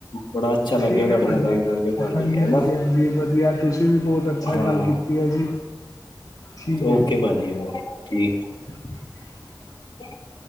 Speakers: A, on the left; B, on the left.
A: ਬੜਾ ਅੱਛਾ ਲੱਗਿਆਂ,
B: ਠੀਕ
A: ਤੁਹਾਡੇ
B: ਹੈ ਭਾਜੀ
A: ਨਾਲ ਗੱਲ ਕਰਕੇ ਭਾਜੀ
B: ਹਾਂਜੀ
A: ਹਨਾ।
B: ਹਾਂਜੀ ਹਾਂਜੀ ਵਧੀਆ ਤੁਸੀਂ ਵੀ ਬਹੁਤ ਅੱਛਾ
A: ਹਾਂ
B: ਗੱਲ ਕੀਤੀ ਐ ਜੀ। ਠੀਕ
A: ਓਕੇ,
B: ਹੈ ਜੀ
A: ਬਾਜੀ ਠੀਕ
B: <inaudible>
A: <inaudible>